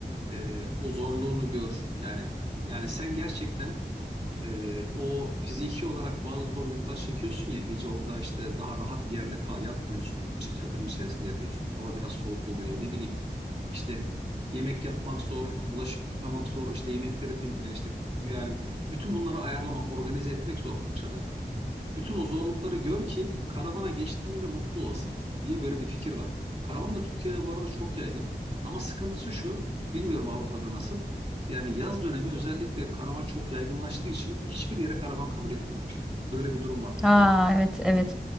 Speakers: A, on the right; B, in the centre.
A: e, o zorluğunu gör. Yani yani sen gerçekten ee, o fiziki olarak bazı zorluklar çekiyorsun ya gece orada işte daha rahat bir yerde kal yatmıyorsun işte çadırın içerisinde yatıyorsun hava biraz soğuk oluyor ne bileyim işte yemek yapmak zor bulaşık yıkamak zor işte yemekleri tem- e, işte yani bütün bunları ayarlamak organize etmek zor çadırda bütün o zorlukları gör ki karavana geçtiğinde mutlu olasın diye böyle bir fikir var karavan da Türkiye'de bu arada çok yaygın ama sıkıntısı şu bilmiyorum Avrupa'da nasıl yani yaz dönemi özellikle karavan çok yaygınlaştığı için hiçbir yere karavan kabul etmiyorlar. Böyle bir durum var Türkiye'de.
B: Ha evet evet.